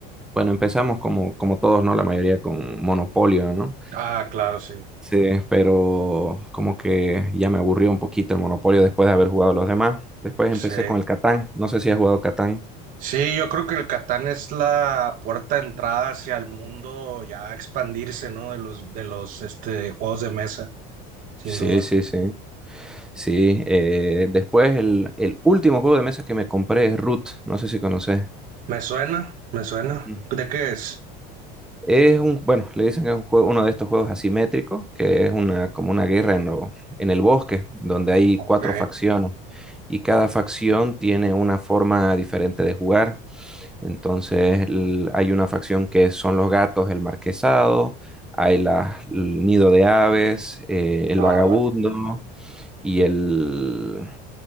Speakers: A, in the centre; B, on the right.
A: bueno, empezamos como, como todos, ¿no? La mayoría con Monopolio, ¿no?
B: Ah, claro, sí.
A: Sí, pero como que ya me aburrió un poquito el Monopolio después de haber jugado los demás. Después
B: Sí.
A: empecé con el Catán. No sé si has jugado Catán.
B: Sí, yo creo que el Catán es la puerta de entrada hacia el mundo ya expandirse, ¿no? De los, de los este, juegos de mesa, sin
A: Sí,
B: duda.
A: sí, sí. Sí. eh, después el, el último juego de mesa que me compré es Root. No sé si conoces.
B: Me suena, me suena.
A: Mm.
B: ¿De qué es?
A: Es un, bueno, le dicen que es un juego- uno de estos juegos asimétricos, que es una, como una guerra en, lo- en el bosque, donde hay
B: Ok.
A: cuatro facciones y cada facción tiene una forma diferente de jugar. Entonces el- hay una facción que son los gatos, el marquesado, hay la el nido de aves, eh, el
B: Ah,
A: vagabundo y, el,